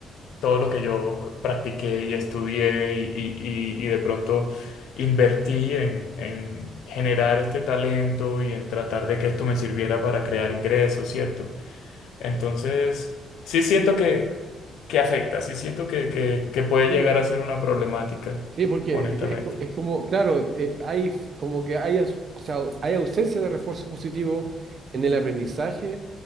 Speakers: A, on the left; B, on the right.
A: todo lo que yo practiqué y estudié y, y- y- y de pronto invertí en, en generar este talento y en tratar de que esto me sirviera para crear ingresos, ¿cierto? Entonces, sí siento que que afecta. Sí siento que, que, que puede
B: Sí,
A: llegar a ser una problemática,
B: Sí, porque
A: honestamente.
B: es, es co- es como, claro, eh, hay f- como que hay, as- o sea, hay ausencia de refuerzo positivo en el aprendizaje